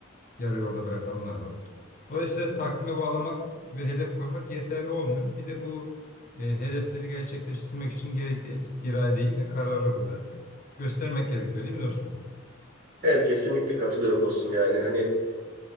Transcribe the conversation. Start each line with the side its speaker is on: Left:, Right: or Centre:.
Left: yarı yolda bırakanlar var. Dolayısıyla takvime bağlamak ve hedef koymak yeterli olmuyor. Bir de bu e, hedefleri gerçekleştirmek için gerekli iradeyi ve kararlılığı da göstermek gerekiyor değil mi dostum?
Right: Evet kesinlikle katılıyorum dostum yani hani